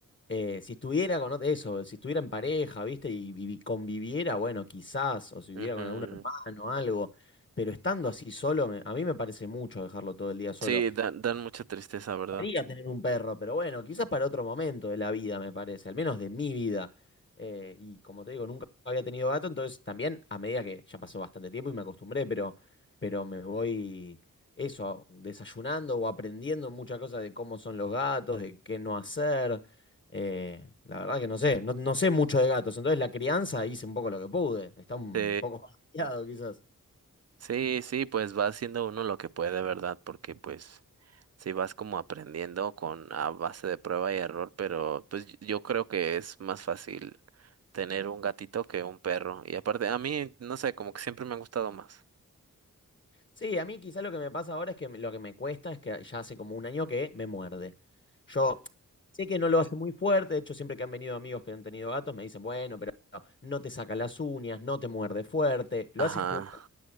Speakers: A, on the left; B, on the right.
A: Eh, si estuviera con ot- eso, si estuviera en pareja, ¿viste? Y, vivi- conviviera, bueno, quizás, o si viviera
B: Ujú.
A: con algún hermano, algo, pero estando así solo, me- a mí me parece mucho dejarlo todo el día solo
B: Sí, dan, dan mucha tristeza, ¿verdad?
A: gustaría tener un perro, pero bueno, quizás para otro momento de la vida, me parece, al menos de mi vida. Eh, y como te digo, nunca había tenido gato, entonces también a medida que ya pasó bastante tiempo y me acostumbré, pero, pero me voy eso, desayunando o aprendiendo muchas cosas de cómo son los gatos, de qué no hacer. Eh, la verdad que no sé, no, no sé mucho de gatos, entonces la crianza hice un poco lo que pude, está un
B: Sí,
A: poco <laughs> más quizás.
B: sí, sí, pues va haciendo uno lo que puede, ¿verdad? Porque pues sí vas como aprendiendo con a base de prueba y error, pero pues yo yo creo que es más fácil tener un gatito que un perro. Y aparte, a mí, no sé, como que siempre me han gustado más.
A: Sí, a mí quizá lo que me pasa ahora es que me- lo que me cuesta es que ya hace como un año que me muerde. Yo sé que no lo hace muy fuerte, de hecho siempre que han venido amigos que han tenido gatos me dicen, bueno, pero no te saca las uñas, no te muerde fuerte, lo
B: Ajá.
A: hace jugando.